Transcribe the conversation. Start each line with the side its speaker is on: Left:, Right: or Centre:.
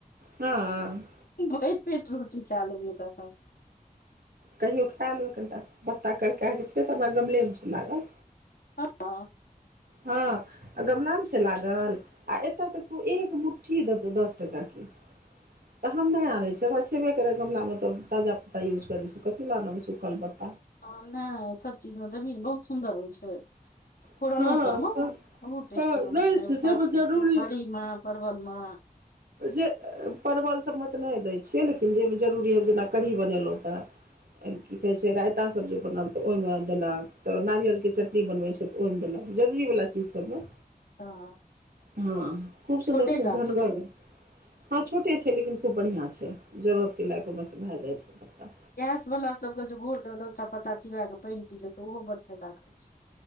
Right: हँ
Left: भरि पेट रोटी खे लेबही ओकरा संग
Right: कहियो खै लेबै कनिटा पत्ता करके कऽ छै तऽ हमरा गमलेमे छै लागल
Left: हँ
Right: हँ आ गमलामे छै लागल आ एतय तऽ कियो एक मुट्ठी देतो दस टेकाकेँ <inaudible> तऽ हम नहि आनै छी हमर छेबे करै गमलामे तऽ ताजा पत्ता यूज करै छी कथी ल आनब सुखल पत्ता
Left: हँ नहि सब चीज म देबही नऽ बहुत सुन्दर होइ छै फोरनो
Right: हँ
Left: सब मऽ
Right: तऽ
Left: बहुत टेस्टी
Right: हँ
Left: बनै
Right: नहि
Left: छै
Right: जाहिमे
Left: पर
Right: जरूरी
Left: बड़ी मऽ परवल मऽ
Right: जे परवल सभमे तऽ नहि दै छियै लेकिन जे जरूरी हइ जेना कढ़ी बनेलहुँ तऽ की कहे छै रायता सब जे बनल तऽ ओहि मे देलक त नारियलकेँ चटनी बनबै छै तऽ ओहिमे देलक जरूरी वाला चीज सबमे
Left: हँ
Right: हँ खूब सुन्दर
Left: छोटे
Right: खूब
Left: गाछ
Right: घनगर
Left: छौ
Right: हँ छोटे छै लेकिन खूब बढ़िआँ छै जरूरतके लायक ओ बस भए जाइ छै
Left: गैस वाला सबके जे भोर कऽ दू टा पत्ता चिबा कऽ पाइन पी लै तऽ ओहो बड फायदा करै छै